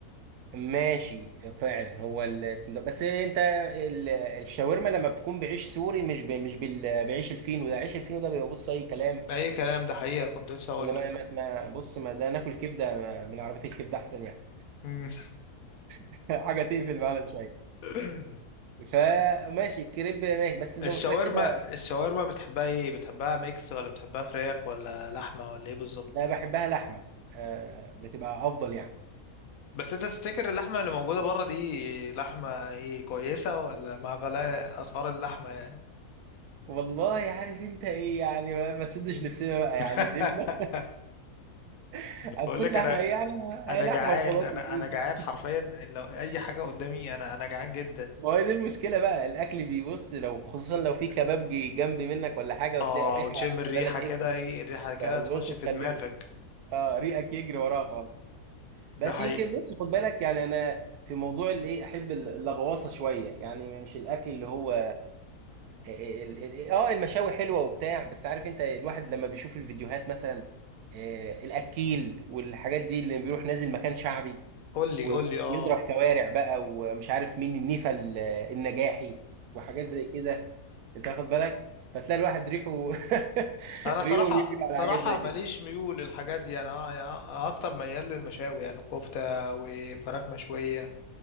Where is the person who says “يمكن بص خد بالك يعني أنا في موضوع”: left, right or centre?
Right